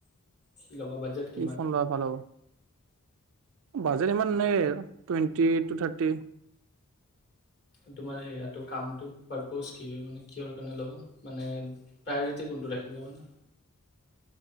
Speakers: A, on the left (about 50°); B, on the right (about 65°).
A: ল'বা বাজেট
B: কি
A: কিমান
B: ফোন লোৱা ভাল হ'ব বাজেট ইমান নাই টুৱেণ্টি টু থাৰ্টি
A: তোমাৰ সেয়া কামটো পাৰপজ কি মানে কিহৰ কাৰণে ল'বা মানে প্ৰায়ৰিটি কোনটো ৰাখিব মানে